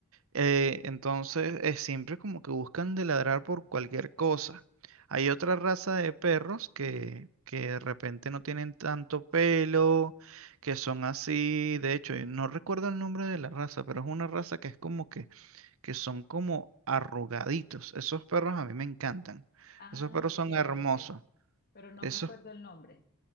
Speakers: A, on the right; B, on the left.
A: eh, entonces es siempre como que buscan de ladrar por cualquier cosa. Hay otra raza de perros que, que de repente no tienen tanto pelo, que son así, de hecho, y no recuerdo el nombre de la raza, pero es una raza que es como que que son como arrugaditos. Esos perros a mí me encantan.
B: Ah,
A: Esos perros
B: ok,
A: son hermosos.
B: ya sé. Pero no
A: Esos,
B: me acuerdo el nombre.